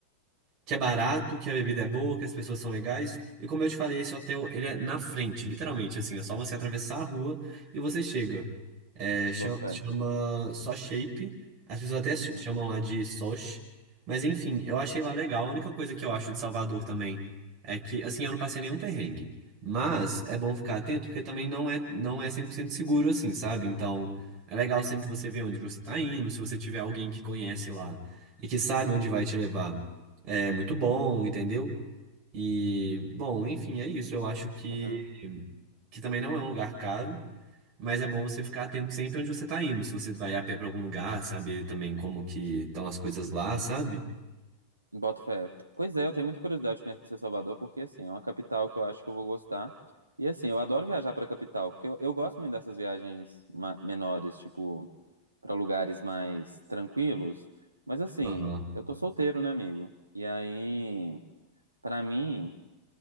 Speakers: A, on the right; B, on the right.
A: que é barato, que a bebida é boa, que as pessoas são legais. E como eu te falei, esse hotel, ele é na frente, literalmente, assim, é só você atravessar a rua e você chega. É, cha-
B: Boto fé.
A: chama só Shape. As pessoas até ch-
B: Uhum,
A: chamam lá de Sosh. Mas enfim, eu achei lá legal. A única coisa que eu acho de Salvador também é que, assim, eu não passei nenhum perrengue. Mas é bom ficar atento porque também não é, não é 100% seguro assim, sabe? Então, é legal sempre você ver onde você tá indo. Se você tiver alguém que conhece lá e que sabe onde vai te levar, é muito bom, entendeu? E, bom, enfim, é isso. Eu acho que,
B: uhum.
A: que também não é um lugar caro. Mas é bom você ficar atento sempre onde você tá indo. Se você vai a pé pra algum lugar, saber também como que estão as coisas lá, sabe?
B: Boto fé. Pois é, eu tenho muita curiosidade de conhecer Salvador, porque assim, é uma capital que eu acho que eu vou gostar. E assim, eu adoro viajar pra capital, porque eu, eu gosto muito dessas viagens ma- menores, tipo, pra lugares mais tranquilos. Mas assim,
A: Aham.
B: eu tô solteiro, né, amigo? E aí, pra mim.